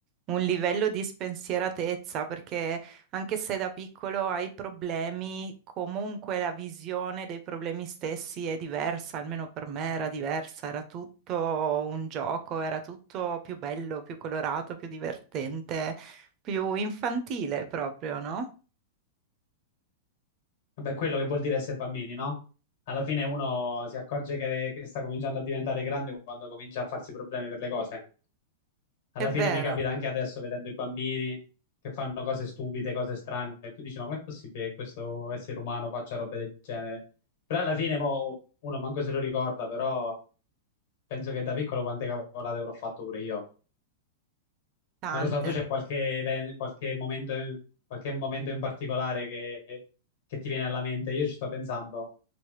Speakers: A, on the right (about 30°); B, on the left (about 65°).
A: un livello di spensieratezza, perché anche se da piccolo hai problemi, comunque la visione dei problemi stessi è diversa, almeno per me era diversa, era tutto un gioco, era tutto più bello, più colorato, più divertente, più infantile proprio, no?
B: Vabbè, quello che vuol dire essere bambini, no? Alla fine uno si accorge che, che sta cominciando a diventare grande quando comincia a farsi problemi per le cose. Alla
A: È vero,
B: fine mi capita anche adesso vedendo i bambini che fanno cose stupide, cose strane, e tu dici, ma com'è possibile che questo essere umano faccia robe del genere? Però alla fine mo, uno manco se lo ricorda, però penso che da piccolo quante cavolate avrò fatto pure io.
A: tante.
B: Non lo so, tu c'è qualche, even- qualche momento, in- qualche momento in particolare che, che ti viene alla mente? Io ci sto pensando,